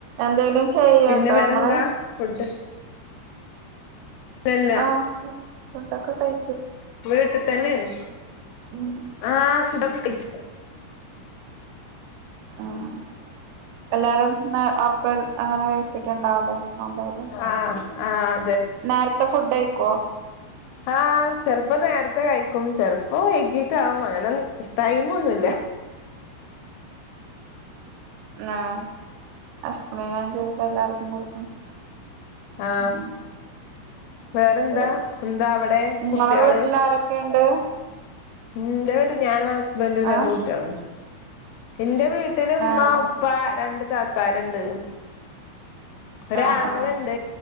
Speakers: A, on the right; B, on the left.
A: എന്തെലും ചെയ്യ്ണ്ടോ
B: പിന്നെ വേറെന്താ
A: ങ്ങള് <inaudible>
B: ഫുഡ് ഇല്ലല്ല
A: ആ ഫുഡൊക്കെ കഴി
B: വീട്ടി തന്നെണ്
A: ഉം
B: ആ ഫുഡൊക്കെ കയിച്
A: ആ ആ എല്ലാരും ന്ന അപ്പ അങ്ങനെ കഴിച്ചിട്ടുണ്ടാവ് ലേ ന്നാമ്പാര്
B: ആഹ് ആഹ്
A: നേരത്തെ ഫുഡയിക്കോ
B: ആ ചെൽപ്പം നേരത്തെ കഴിക്കും ചെലപ്പം വൈകി ത്തെ ആ ഉ അങ്ങനെൻ ടൈമ് ഒന്നുല്ല
A: ആ <unintelligible> ചെയ്തിട്ട് എല്ലാർക്കും കൊടുക്കണം
B: ആ
A: ഉം
B: വേറെന്താ
A: ശരി
B: എന്താ അവടെ
A: ഇങ്ങളെ
B: കുട്ട്യാള്
A: വീട്ടിൽ ആരൊക്കെയുണ്ട്
B: ന്റെ വീട്ടി ഞാനും ഹസ്ബൻറും രണ്ട്
A: ആഹ്
B: കുട്ട്യാളും ന്റെ വീ ട്ടില് ഉമ്മ
A: ആഹ്
B: ഉപ്പ രണ്ട് താത്താര്ണ്ട് ഒരു
A: ആഹ്
B: ആങ്ങള
A: ആഹ്
B: ഉണ്ട്,